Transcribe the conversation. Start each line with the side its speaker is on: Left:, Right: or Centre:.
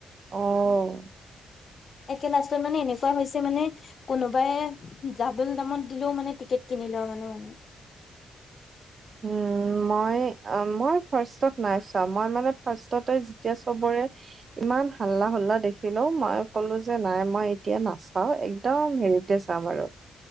Right: অ'।
Left: একে লাষ্টত মানে এনেকুৱা হৈছে মানে, কোনোবাই ডাবল দামত দিলেও মানে টিকেট কিনি লোৱা মানুহ <inaudible>
Right: উম, মই- উম মই ফাৰ্ষ্টত নাই চোৱা। মই মানে ফাৰ্ষ্টততে যেতিয়া চবৰে ইমান হাল্লা-হোল্লা দেখিলোঁ, মই ক'লো যে নাই মই এতিয়া নাচ অ একদম হেৰিতে চাম আৰু।